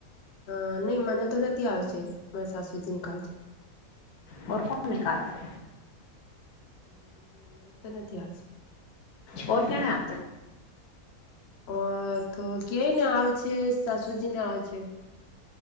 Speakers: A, on the left; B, on the left.
A: હા નઈ મને તો નથી આવશે મારા સાસુજી નિકાલ
B: બ કોણ નિકાલશે
A: હ મને તો નથી આપશે
B: ઓર કેના
A: ઓર તો કે ને આવ છે સાસુજી ને આવ છે